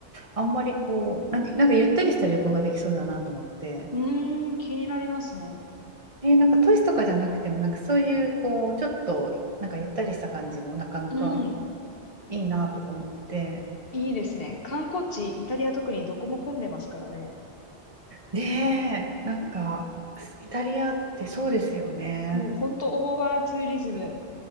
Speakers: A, on the right; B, on the left.
A: あんまりこうなんてなんかゆったりした旅行ができそうだなと思って
B: うーん、気になりますね。
A: えーなんか都市とかじゃなくてもなんかそういうこうちょっとなんかゆったりした感じもなかなか
B: うん。
A: いいなとか思って。
B: いいですね。観光地、イタリア特にどこも混んでますからね。
A: ねえ、なんか、イタリアってそうですよね。
B: もうほんとオーバーツーリズム、